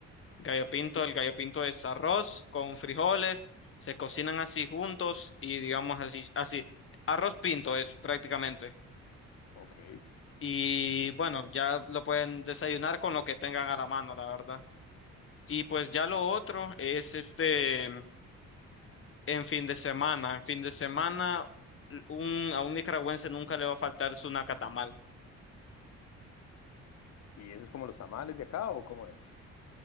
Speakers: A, on the left (about 45°); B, on the left (about 60°).
A: Gallo pinto,
B: Sí.
A: el gallo pinto es arroz con frijoles, se cocinan así juntos y digamos así, así, arroz pinto es prácticamente.
B: Ok.
A: Y bueno, ya lo pueden desayunar con lo que tengan a la mano, la verdad. Y pues ya lo otro es este, en fin de semana, en fin de semana, un, a un nicaragüense nunca le va a faltar su nacatamal.
B: ¿Y eso es como los tamales de acá o cómo es?